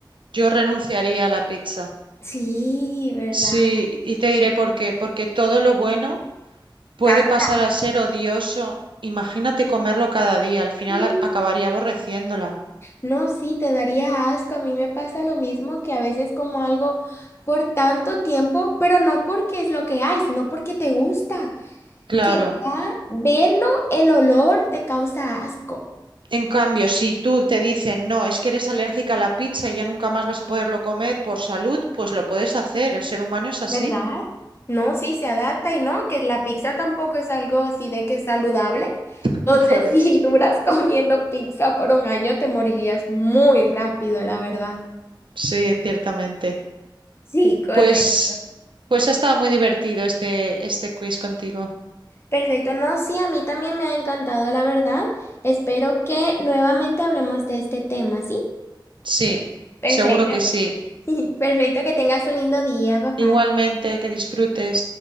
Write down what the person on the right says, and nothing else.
yo renunciaría a la pizza.
Sí, y te diré por qué. Porque todo lo bueno... puede
pasar a ser odioso. Imagínate comerlo cada día, al final
a- acabaría aborreciéndola.
Claro.
En cambio, si tú te dicen, no, es que eres alérgica a la pizza y ya nunca más vas a poderlo comer por salud, pues lo puedes hacer. El ser humano es así.
<laughs>
Por eso.
Sí, ciertamente.
Pues, pues ha estado muy divertido este, este quiz contigo.
Sí,
seguro que sí.
Igualmente, que disfrutes.